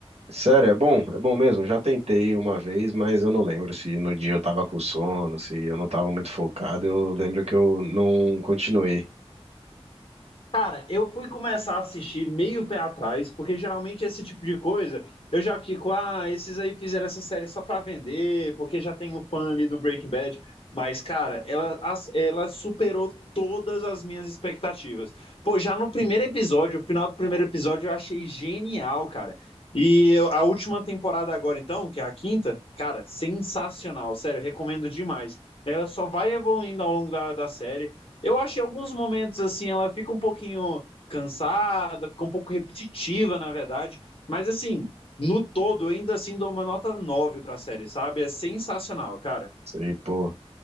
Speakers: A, on the right; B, on the left.
A: Sério, é bom, é bom mesmo. Já tentei uma vez, mas eu não lembro se no dia eu tava com sono, se eu não tava muito focado. Eu lembro que eu não continuei.
B: Cara, eu fui começar a assistir meio pé atrás, porque geralmente esse tipo de coisa eu já fico, ah, esses aí fizeram essa série só pra vender, porque já tem um fã ali do Breaking Bad. Mas, cara, ela, as- ela superou todas as minhas expectativas. Pô, já no primeiro episódio, o final do primeiro episódio, eu achei genial, cara. E eu- a última temporada agora, então, que é a quinta, cara, sensacional, sério, recomendo demais. Ela só vai evoluindo ao longo da da série. Eu acho que em alguns momentos, assim, ela fica um pouquinho cansada, fica um pouco repetitiva, na verdade. Mas, assim, no todo, eu ainda assim dou uma nota 9 pra série, sabe? É sensacional, cara.
A: Sei, pô,